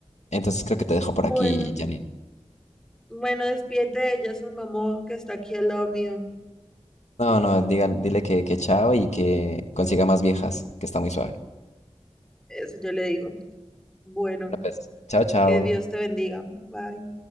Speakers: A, on the left; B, in the centre.
A: Entonces, creo que te dejo
B: bueno,
A: por aquí, Janine.
B: bueno, despídete de ella, su mamá, que está aquí al lado mío.
A: No, no, diga- dile que, que chao y que consiga más viejas, que está muy suave.
B: Eso yo le digo. Bueno,
A: Bueno, Pues, chao, chao.
B: que Dios te bendiga. Bye.